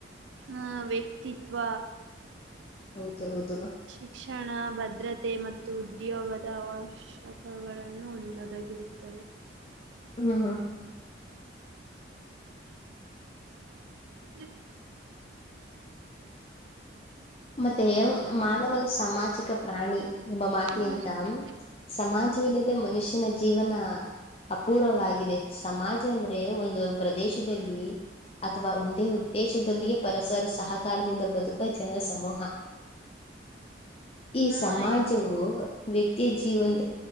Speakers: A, on the right (about 80°); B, on the left (about 30°).
A: ಹ ವ್ಯಕ್ತಿತ್ವ
B: ಹೌದು ಹೌದು
A: ಶಿಕ್ಷಣ ಭದ್ರತೆ ಮತ್ತು ಉದ ಉದ್ಯೋಗದ ಅವಶ್ಯಕಗಳನ್ನುೊದಗಿರುತ್ತವೆ
B: ಹಾ
A: ಹ್ಮ
B: ಮತ್ತೆ ಮಾನವನ ಸಾಮಾಜಿಕ ಪ್ರಾಣಿ ಎಂಬ ಮಾತಂತ
A: ಹೌದು
B: ಸಮಾಜವಿಲ್ಲದೆ ಮನುಷ್ಯ ಜೀವನ ಅಪೂರ್ವವಾಗಿದೆ ಸಮಾಜ ಅಂದ್ರೆ ಒಂದು ಪ್ರದೇಶದಲ್ಲಿ ಅಥವಾ ಒಂದೇ ಉದ್ದೇಶದೊಂದಿಗೆ ಪರಸ್ಪರ ಸಹಕಾರದಿಂದ ಬದುಕು ಸಮೂಹ ಈ
A: ಹಾ
B: ಸಮಾಜವು
A: ಹೇಳಿ
B: ವ್ಯಕ್ತಿ ಜೀವನ್